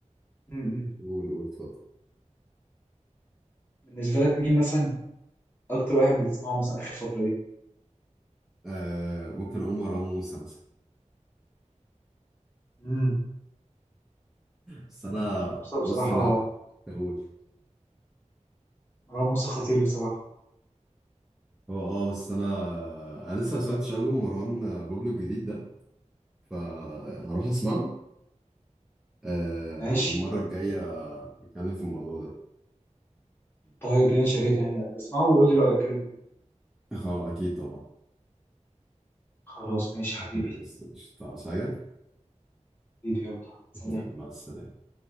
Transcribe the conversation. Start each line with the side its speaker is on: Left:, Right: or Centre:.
Left: امم
Centre: قول قول اتفضل
Left: بالنسبه لك مين مثلا اكتر واحد بتسمعه مثلا اخر فتره دي
Centre: آه ممكن اقول مروان موسى مثلا
Left: امم
Centre: بس انا
Left: مروان موسى
Centre: بص
Left: بصراحه
Centre: انا اقول
Left: مروان موسى خطير بصراحه
Centre: هو اه بس انا انا لسه ما سمعتش البوم مروان بابلو الجديد ده فهروح اسمعه آه
Left: ماشي
Centre: والمرة الجاية نتكلم في الموضوع ده
Left: طيب يا شريف يعني اسمعه وقول لي رايك كده كده
Centre: <laughs> اه اكيد طبعا
Left: خلاص ماشي حبيبي
Centre: <laughs> بس مش هتعرف حاجة
Left: حبيبي يلا سلام
Centre: يلا مع السلامة